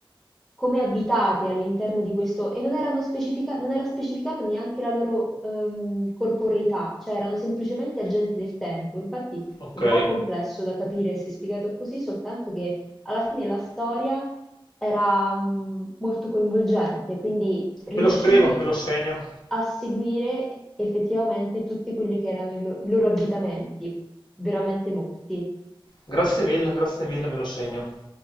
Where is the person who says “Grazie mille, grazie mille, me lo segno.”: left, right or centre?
Left